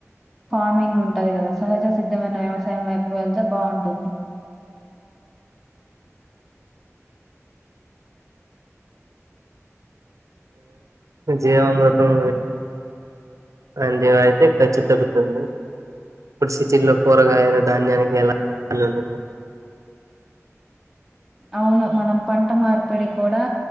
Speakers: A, in the centre; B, on the right (about 85°).
A: ఫార్మింగ్ ఉంటది కదా సహజ సిద్ధమైన వ్యవసాయం వైపు వెళ్తే బావుంటుంది
B: జీవామృతం అంటివి అయితే ఖర్చు తగ్గుతుంది ఇప్పుడు సిటీ లో కూరగాయల ధాన్యానికి ఎలా ఉంటుంది
A: అవును మనం పంట మార్పిడి కూడా